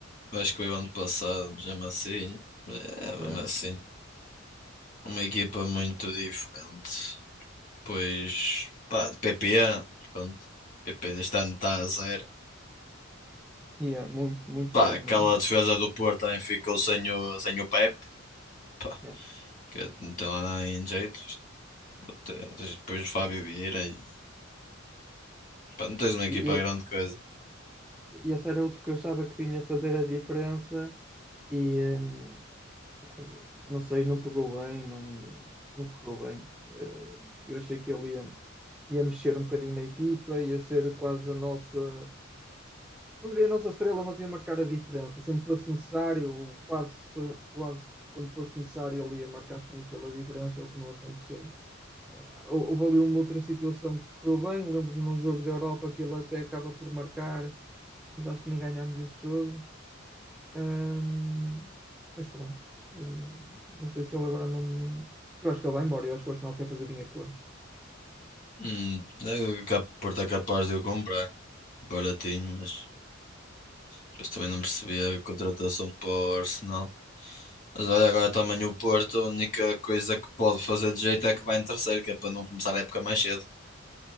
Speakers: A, on the left (about 40°); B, in the centre.
A: acho que foi o ano passado, mas mesmo assim. É,
B: É,
A: mesmo assim. Uma equipa muito diferente. Pois, pá, de PPA, pronto. PP este ano está a zero.
B: e é muito, muito
A: Pá,
B: zero
A: aquela
B: mesmo.
A: defesa do Porto também ficou sem o, sem o Pepe, pá,
B: É.
A: que não tem lá nada em jeito. Te- tens Depois o Fábio Vieira e, pá, não tens uma equipa
B: E, e,
A: grande coisa.
B: e esse era outro que eu achava que vinha fazer a diferença e, eh, E, não sei, não pegou bem, não, não correu bem. Eh, Eu achei que ele ia, ia mexer um bocadinho na equipa, ia ser quase a nossa, não diria a nossa estrela, mas ia marcar a diferença. Sempre fosse necessário, ou quase, fo- quase quando fosse necessário, ele ia marcar sempre pela diferença, o que não aconteceu. Eh, hou- houve ali uma outra situação que correu bem. Lembro-me num jogo da Europa que ele até acaba por marcar, mas acho que nem ganhámos esse jogo. Ahm, mas pronto, Hum, não sei se ele agora não. Eu acho que ele vai embora, eu acho que o Arsenal quer fazer dinheiro com ele.
A: Hum, é que o Porto é capaz de eu comprar. Baratinho, mas Depois também não percebi a contratação para o Arsenal. Mas olha, agora também o Porto, a única coisa que pode fazer de jeito é que vai em terceiro, que é para não começar a época mais cedo.